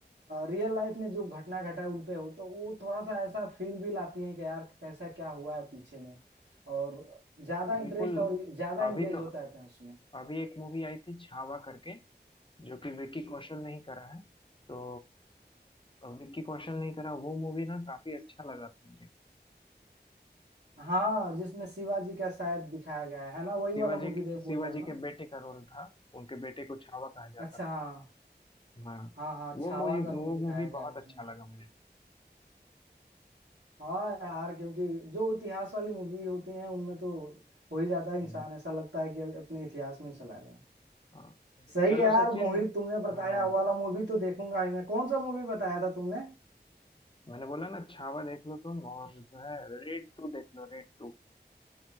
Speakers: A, on the right; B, on the left.
A: रियल लाइफ में जो घटना घटा है उन पे हो तो वो थोड़ा सा ऐसा फील भी लाती है कि यार कैसा क्या हुआ है पीछे में और ज्यादा इंटरेस्ट
B: बिल्कुल
A: और ज्यादा इंगेज
B: अभी तो
A: होता रहते हैं उसमें
B: अभी एक मूवी आई थी छावा करके जो कि विक्की कौशल ने ही करा है तो अ, विक्की कौशल ने ही करा वो मूवी ना काफी अच्छा लगा था मुझे
A: हाँ जिसमें शिवाजी का शायद दिखाया गया है है ना वही वाला
B: शिवाजी
A: मूवी देख
B: शिवाजी
A: बोल रहे हो ना
B: के बेटे का रोल था उनके बेटे को छावा कहा जाता
A: अच्छा
B: था
A: हाँ
B: हाँ
A: हाँ हाँ
B: वो
A: छावा
B: मुझे
A: का
B: वो
A: रोल दिखाया
B: मूवी
A: गया
B: बहुत
A: है उसमें
B: अच्छा लगा मुझे
A: हाँ यार क्योंकि जो इतिहास वाली मूवी होती हैं उनमें तो हो ही जाता है इंसान
B: हम्म,
A: ऐसा लगता है कि अब अपने इतिहास में ही चला गया
B: हाँ
A: सही
B: चलो
A: है यार
B: सचिन
A: मोहित तुमने बताया
B: हाँ
A: वो वाला मूवी तो देखूंगा ही मैं कौन सा मूवी बताया था तुमने
B: मैंने बोला ना छावा देख लो तुम और जो है रेड टू देख लो रेड टू